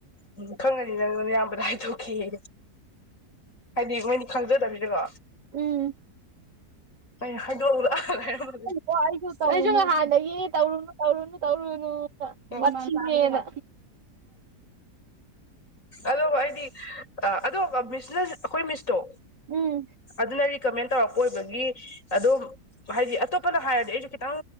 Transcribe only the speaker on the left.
ꯎꯝ ꯈꯪꯉꯅꯤ ꯅꯪ ꯅꯌꯥꯝꯕꯗꯥ ꯍꯥꯏꯊꯣꯛꯀꯦꯌꯦ ꯍꯥꯏꯗꯤ ꯃꯣꯏꯗꯤ ꯈꯪꯖꯗꯕꯅꯤꯅꯀꯣ
ꯑꯩ ꯍꯥꯏꯗꯣꯛꯎꯅꯥ ꯍꯥꯏꯔꯝꯕꯅꯦ
ꯎꯝ
ꯑꯗꯣꯀꯣ ꯑꯩꯗꯤ ꯑ ꯑꯗꯣ ꯃꯤꯁꯅ ꯑꯩꯈꯣꯏ ꯃꯤꯁꯇꯣ
ꯑꯗꯨꯅ ꯔꯤꯀꯃꯦꯟ ꯇꯧꯔꯛꯄ ꯑꯣꯏꯕꯒꯤ ꯑꯗꯨꯝ ꯍꯥꯏꯗꯤ ꯑꯇꯣꯞꯄꯅ ꯍꯥꯏꯔꯗꯤ ꯑꯩꯁꯨ ꯈꯤꯇꯪ